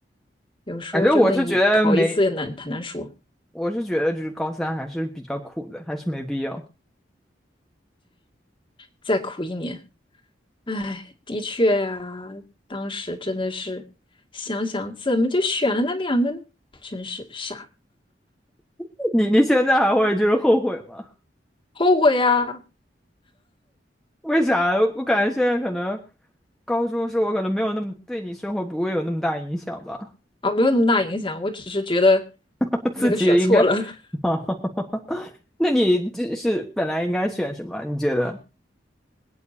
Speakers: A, on the left; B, in the centre.
A: 有时候就那一考一次也难，
B: 反正我是觉得没，
A: 很难说，
B: 我是觉得就是高三还是比较苦的，还是没必要。
A: 再苦一年。哎，的确呀、当时真的是想想怎么就选了那两个呢，真是傻，
B: <laughs> 你你现在还会就是后悔吗？
A: 后悔呀！
B: 为啥？我感觉现在可能高中是我可能没有那么对你生活不会有那么大影响吧。
A: 啊，没有那么大影响，我只是觉得
B: <laughs> 自己应该
A: 那个选错了。<laughs>
B: 啊，<laughs> 那你这是本来应该选什么？你觉得？